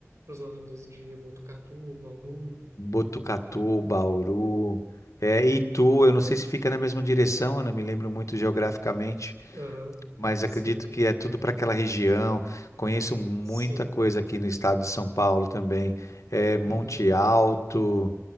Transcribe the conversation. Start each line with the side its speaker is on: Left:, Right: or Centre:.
Right: os lados de Botucatu, Bauru?
Left: Botucatu, Bauru, é,
Right: Hum,
Left: Itu. Eu não sei se fica na mesma direção, eu não me lembro muito geograficamente.
Right: Aham,
Left: mas
Right: Sim,
Left: acredito que é tudo para aquela região. Conheço muita
Right: sim.
Left: coisa aqui no estado de São Paulo também. É, Monte
Right: Uhum,
Left: Alto,